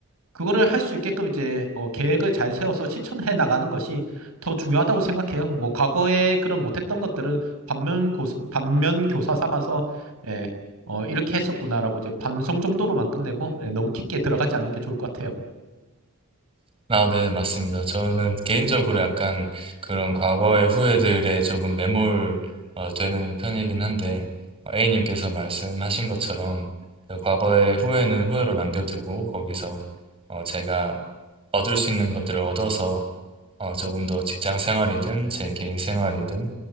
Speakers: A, on the right; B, on the right.
A: 그거를 할 수 있게끔 이제 어, 계획을 잘 세워서 실천해 나가는 것이 더 중요하다고 생각해요. 뭐 과거에 그런 못했던 것들을 반면 고, 반면 교사 삼아서 예, 어, 이렇게 했었구나라고 이제 반성 정도로만 끝내고 예, 너무 깊게 들어가지 않는 게 좋을 것 같아요.
B: 아, 네, 맞습니다. 저는 개인적으로 약간 그런 과거의 후회들에 조금 매몰 어, 되는 편이긴 한데, 어, A님께서 말씀하신 것처럼 그 과거의 후회는 후회로 남겨두고 거기서 어, 제가 얻을 수 있는 것들을 얻어서 어, 조금 더 직장 생활이든 제 개인 생활이든